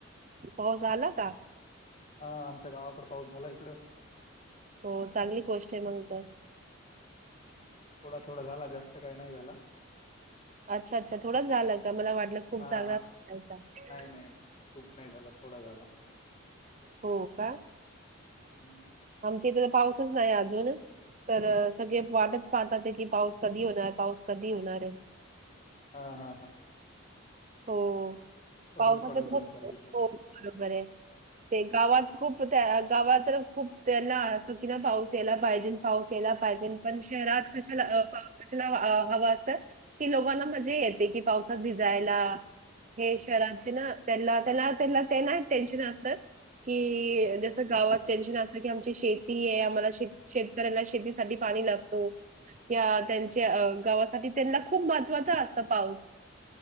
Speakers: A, on the right; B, on the left.
A: हो झाला का?
B: हा आमच्या गावाकड पाऊस झाला इकडं.
A: हो चांगली गोष्ट आहे मंग तर.
B: हम्म थोडा थोडा झाला जास्त काही नाही झाला.
A: अच्छा अच्छा थोडाच झाला का मला वाटलं खूप
B: हा
A: जाला आहे का.
B: नाही नाही नाही खूप नाही झाला थोडा झाला.
A: हो का
B: हम्म
A: आमच्या इथे तर पाऊसच नाही अजून तर सगळे वाटच पाहतात ते की पाऊस कधी होणार पाऊस कधी होणार आहे.
B: हा हा हा.
A: हो
B: पडेल
A: पावसाच
B: पडेल
A: खूप
B: दोन चार दिवसात
A: हो बरोबर आहे. ते गावात
B: हम्म
A: खूप त्या गावात तर खूप त्यांना असत की ना पाऊस यायला पाहिजेल पाऊस यायला पाहिजेल. पण शहरात
B: हम्म
A: कशाला अ पाऊस कशाला अ हवा <inaudible> लोकांना मजा येते की पावसात भिजायला हे शहरचे ना त्यांलां त्यांला त्यानाला त्यांना टेन्शन असतं. कि जस गावात टेन्शन असलं की आमची शेती आहे आम्हा शेत- शेतकऱ्यांना शेतीसाठी पा पाणी लागतो या त्यांच्या आ गावासाठी त्यांना खूप महत्वाचा असतो पाऊस. <inaudible>